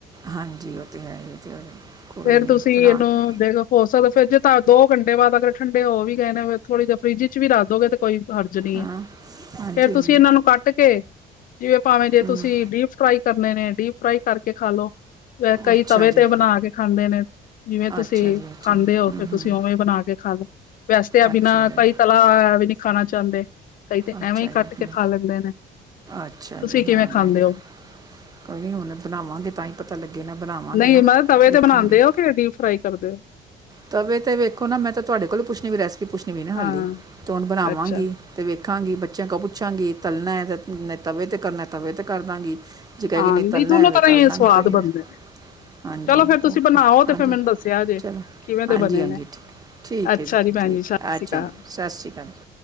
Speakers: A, on the right; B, on the left.
A: ਹਾਂਜੀ, ਉਹ ਤੇ ਹੈ ਈ ਏ ਚਲੋ, ਕੋਈ
B: ਫੇਰ
A: ਨੀ
B: ਤੁਸੀਂ
A: ਬਣਾ
B: ਇਹਨੂੰ
A: ਕੇ
B: ਦੇਖੋ ਹੋ ਸਕਦਾ ਫਰਿੱਜ 'ਚ ਧਰਦੋ, ਦੋ ਘੰਟੇ ਬਾਅਦ ਅਗਰ ਠੰਡੇ ਹੋ ਵੀ ਗਏ ਨੇ, ਫਿਰ ਥੋੜੀ ਦੇਰ ਫਰਿਜ 'ਚ ਵੀ ਰੱਖਦੋਗੇ ਤੇ ਕੋਈ ਹਰਜ਼ ਨੀ
A: ਹਾਂ
B: ਏ,
A: ਹਾਂਜੀ
B: ਫੇਰ ਤੁਸੀਂ
A: ਹਾਂਜੀ
B: ਇਹਨਾਂ ਨੂੰ ਕੱਟ ਕੇ ਜਿਵੇਂ ਭਾਵੇਂ ਜੇ
A: ਹਮ,
B: ਤੁਸੀਂ ਡੀਪ-ਫਰਾਈ ਕਰਨੇ ਨੇ, ਡੀਪ-ਫਰਾਈ ਕਰਕੇ ਖਾ ਲੋ। ਕਈ
A: ਅੱਛਾ
B: ਤਵੇ
A: ਜੀ
B: ਤੇ ਬਣਾ ਕੇ ਖਾਂਦੇ ਨੇ। ਜਿਵੇਂ ਤੁਸੀਂ
A: ਅੱਛਾ ਜੀ ਅੱਛਾ
B: ਖਾਂਦੇ
A: ਜੀ
B: ਓ,
A: ਹਮ
B: ਫੇਰ ਤੁਸੀਂ
A: ਹਮ
B: ਉਵੇਂ ਬਣਾ ਕੇ ਖਾਲੋ, ਵੈਸੇ ਤੇ
A: ਅੱਛਾ
B: ਬਿਨਾਂ
A: ਜੀ
B: ਕਈ ਤਲ ਆ ਵੀ ਨੀ ਖਾਣਾ ਚਾਹੁੰਦੇ। ਕਈ ਤਾਂ
A: ਅੱਛਾ
B: ਐਵੇਂ ਈ
A: ਜੀ
B: ਕੱਟ
A: ਹਮ,
B: ਕੇ ਖਾ ਲੈਂਦੇ ਨੇ,
A: ਅੱਛਾ
B: ਤੁਸੀਂ
A: ਜੀ
B: ਕਿਵੇਂ
A: ਹਾਂ ਨਹੀਂ
B: ਖਾਂਦੇ ਓ?
A: ਕੋਈ ਨੀ ਹੁਣ ਬਣਾਵਾਂਗੇ ਤਾਂ ਈ ਪਤਾ ਲੱਗੇ ਨਾ, ਬਣਾਵਾਂਗੇ
B: ਨਹੀਂ
A: ਨਾ
B: ਮੈਂ ਤਵੇ
A: ਵੇਖਾਂਗੇ
B: ਤੇ ਬਣਾਉਂਦੇ ਹੋ ਕਿ ਡੀਪ ਫਰਾਈ ਕਰਦੇ ਹੋ
A: ਤਵੇ ਤੇ ਵੇਖੋ ਨਾ, ਮੈਂ ਤੇ ਤੁਹਾਡੇ ਕੋਲੋਂ ਪੁੱਛਣੀ ਵੀ, ਰੈਸਪੀ ਪੁੱਛਣੀ ਵੀ ਨਾ ਹਾਲੇ
B: ਹਾਂ
A: ਤੇ ਹੁਣ ਬਣਾਵਾਂਗੇ
B: ਅੱਛਾ
A: ਤੇ ਵੇਖਾਂਗੀ ਬੱਚਿਆਂ ਕੋ ਪੁੱਛਾਂਗੀ, ਤਲਣਾ ਤਵੇ ਤੇ ਕਰਨਾ ਤਵੇ ਤੇ ਕਰਦਾਂਗੀ ਜੇ ਕਹਿਗੇ
B: ਹਾਂ
A: ਨੇ
B: ਨਹੀਂ
A: ਤਲਣਾ,
B: ਦੋਨੋ
A: ਵੇ
B: ਤਰ੍ਹਾਂ
A: ਤਲਦਾਂਗੀ
B: ਹੀ ਸਵਾਦ
A: ਫਿਰ ਮੈਂ
B: ਬਣਦੇ ਨੇ
A: ਹਾਂਜੀ
B: ਚਲੋ ਫੇਰ ਤੁਸੀਂ
A: ਓਕੇ
B: ਬਣਾਓ ਤੇ
A: ਹਾਂਜੀ
B: ਫੇਰ ਮੈਨੂੰ ਦੱਸਿਆ ਜੇ
A: ਚਲੋ,
B: ਕਿਵੇਂ ਦੇ
A: ਹਾਂਜੀ-ਹਾਂਜੀ।
B: ਬਣੇ ਨੇ
A: ਠੀਕ
B: ਅੱਛਾ
A: ਏ ਜੀ
B: ਭੈਣ
A: ਠੀਕ,
B: ਸਤਿ
A: ਅੱਛਾ
B: ਸ੍ਰੀ ਅਕਾਲ
A: ਜੀ ਸ਼ਾਸੀ ਕਾਲ ਜੀ।